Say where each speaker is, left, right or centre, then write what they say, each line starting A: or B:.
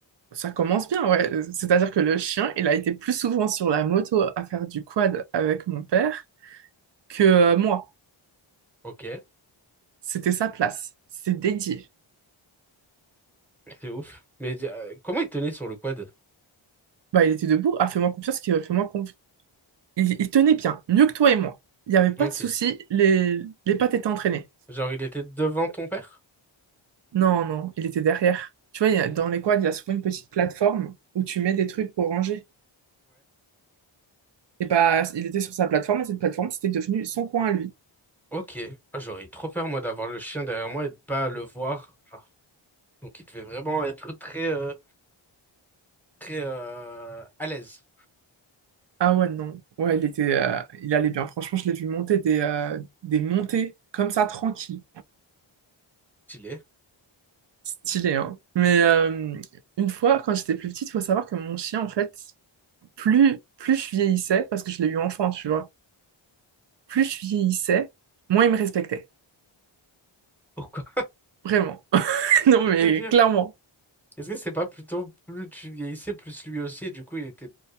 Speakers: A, on the right; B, in the centre.
A: ça commence bien, ouais. C'est-à-dire que le chien, il a été plus souvent sur la moto à faire du quad avec mon père que euh, moi.
B: Ok,
A: C'était sa place, c'est dédié.
B: c'est ouf. Mais euh, comment il tenait sur le quad?
A: Bah, il était debout. Ah, fais-moi confiance, qu'il- fais-moi confiance. Il, il tenait bien, mieux que toi et moi. Il n'y avait pas
B: Ok.
A: de souci, les, les pattes étaient entraînées.
B: Genre, il était devant ton père?
A: Non, non, il était derrière. Tu vois, il y a- dans les quads, il y a souvent une petite plateforme où tu mets des trucs pour ranger. Et bah, il était sur sa plateforme et cette plateforme, c'était devenu son coin à lui.
B: Ok, Ah, j'aurais eu trop peur moi d'avoir le chien derrière moi et de pas le voir. Genre. Donc il devait vraiment être très euh, très euh, à l'aise.
A: Ah ouais, non. Ouais, il était, euh, il allait bien. Franchement, je l'ai vu monter des, euh, des montées comme ça, tranquille.
B: Stylé.
A: Stylé, hein. Mais euh, une fois, quand j'étais plus petite, il faut savoir que mon chien, en fait, plus, plus je vieillissais, parce que je l'ai eu enfant, tu vois plus je vieillissais, moins ils me respectaient.
B: Pourquoi?
A: Vraiment. <laughs> Non,
B: C'est-à-dire,
A: mais clairement,
B: est-ce que c'est pas plutôt plus tu vieillissais, plus lui aussi, et du coup il était